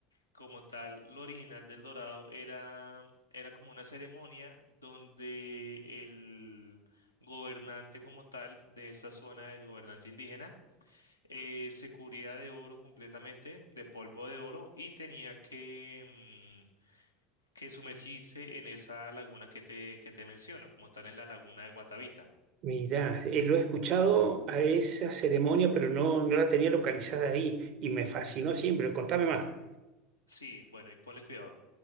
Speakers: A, on the left; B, on the right.
A: como tal, lo original del Dorado era, era como una ceremonia donde el gobernante como tal de esta zona, el gobernante indígena, eh, se cubría de oro completamente, de polvo de oro, y tenía que que sumergirse en esa laguna que te, que te menciono, como tal en la laguna de Guatavita.
B: Mirá, eh, lo he escuchado a esa ceremonia, pero no, no la tenía localizada ahí y me fascinó siempre. Contame más.
A: Sí, bueno, y ponle cuidado.